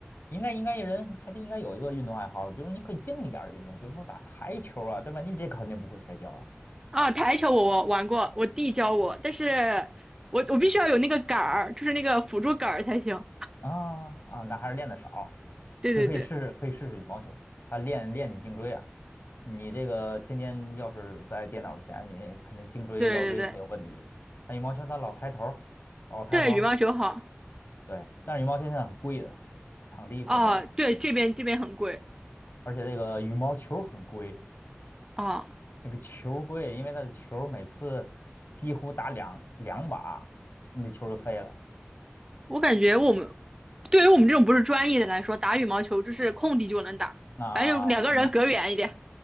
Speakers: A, on the left; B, on the right.
A: 应该应该一人还是应该有一个运动爱好的，比如你可以静一点儿的运动，比如说打台球啊，对吧？你这肯定不会摔跤啊。
B: 啊。台球我玩过，我弟教我，但是我我必须要有那个杆儿，就是那个辅助杆儿才行。
A: 啊啊，那还是练的少，
B: 对对对
A: 就可以试试，可以试试羽毛球，它练练你颈椎啊。你这个天天要是在电脑前，你肯定颈椎、
B: 对对对
A: 腰椎它有问题。它羽毛球它老抬头儿，老抬头儿。
B: 对，羽毛球好
A: 对，但是羽毛球现在很贵的，场地不好找，
B: 啊，对这边这边很贵
A: 而且这个羽毛球很贵，
B: 啊，
A: 那个球儿贵，因为它的球儿每次几乎打两两把，你的球儿就飞了。
B: 我感觉我们对于我们这种不是专业的来说，打羽毛球就是空地就能打，
A: 啊，
B: 反正有两个人隔远一点，
A: 我明白